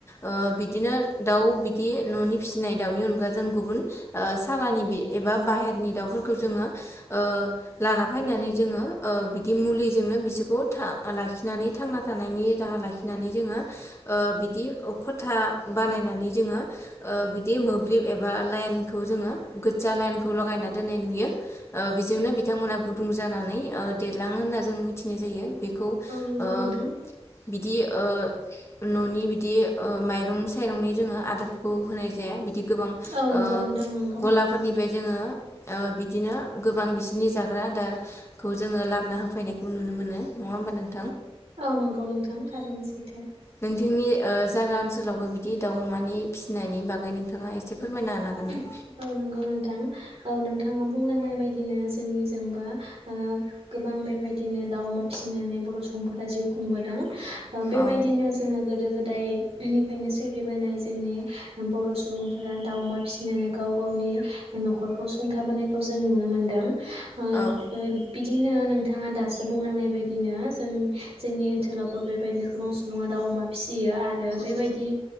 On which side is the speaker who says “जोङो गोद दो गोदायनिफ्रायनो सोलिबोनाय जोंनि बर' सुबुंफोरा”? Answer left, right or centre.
Right